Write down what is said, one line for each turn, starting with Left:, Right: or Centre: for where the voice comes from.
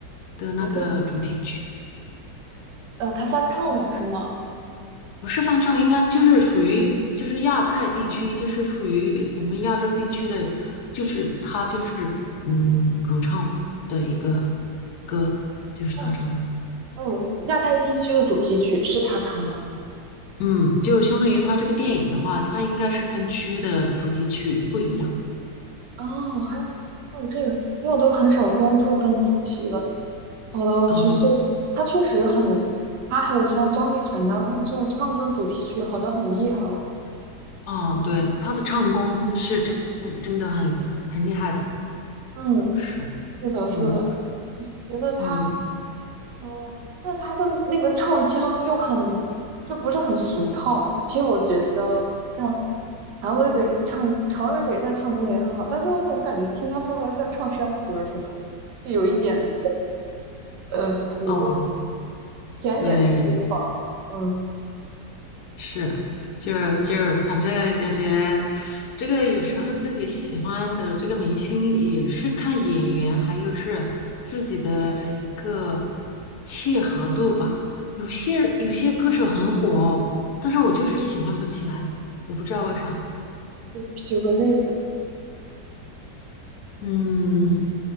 Left: 的那个主题曲。
Right: 美国地，呃，他翻唱了是吗？
Left: 不是翻唱，应该就是属于就是亚太地区，就是属于我们亚洲地区的，就是他就是嗯主唱的一个歌，就是他唱的，
Right: 哦哦，亚太地区的主题曲是他唱的。
Left: 嗯，就相当于他这个电影的话，它应该是分区的主题曲不一样。
Right: 哦，还有还有这个，因为我都很少关注邓紫棋了。好的，我去搜。
Left: 哦
Right: 他确实很，他还有像张碧晨呐、他们这种唱这种主题曲，好像很厉害哦。
Left: 哦，对，他的唱功是真真的很很厉害的，
Right: 嗯，
Left: 是，
Right: 是的，是的，
Left: 嗯
Right: 觉得他
Left: 嗯
Right: 哦，那他的那个唱腔又很，就不是很俗套。其实我觉得像谭维维唱，常维维的唱功也很好，但是我总感觉听他唱歌像唱山歌似的，就有一点呃土
Left: 哦，
Right: 田野的风貌。
Left: 对，
Right: 嗯
Left: 是，就是就是，
Right: 嗯，
Left: 反正感觉这个有时候自己喜欢的这个明星也是看演员，还有是自己的一个契合度吧。有些有些歌手很火哦但是我就是喜欢不起来，我不知道为啥。
Right: 举个例子
Left: 嗯，